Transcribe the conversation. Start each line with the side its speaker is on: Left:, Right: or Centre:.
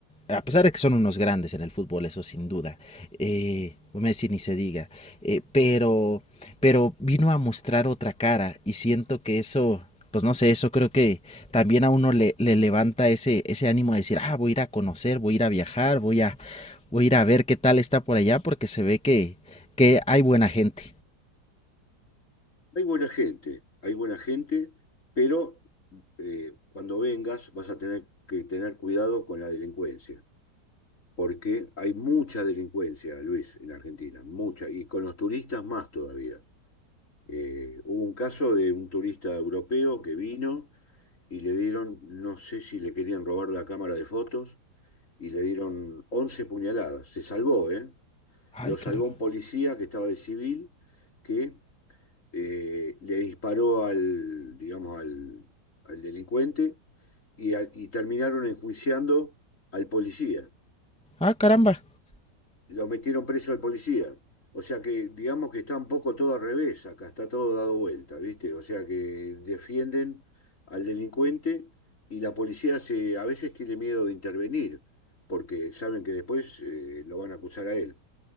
Centre: a pesar de que son unos grandes en el fútbol, eso sin duda, eh, Messi ni se diga, eh, pero, pero vino a mostrar otra cara y siento que eso, pues no sé, eso creo que, también a uno le, le, levanta ese, ese ánimo de decir, ah, voy a ir a conocer, voy a ir a viajar, voy a, voy a ir a ver qué tal está por allá, porque se ve que, que hay buena gente.
Left: Hay buena gente, hay buena gente, pero eh, cuando vengas vas a tener que tener cuidado con la delincuencia, porque hay mucha delincuencia, Luis, en Argentina, mucha, y con los turistas más todavía. Eh, hubo un caso de un turista europeo que vino y le dieron, no sé si le querían robar la cámara de fotos y le dieron 11 puñaladas. Se salvó, ¿eh?
Centre: Ay,
Left: Lo salvó
Centre: caramba.
Left: un policía que estaba de civil que eh, le disparó al, digamos, al, al delincuente y, al- y terminaron enjuiciando al policía
Centre: Ah, caramba.
Left: lo metieron preso al policía. O sea que digamos que está un poco todo al revés acá, está todo dado vuelta, ¿viste? O sea que defienden al delincuente y la policía se, a veces tiene miedo de intervenir, porque saben que después eh, lo van a acusar a él.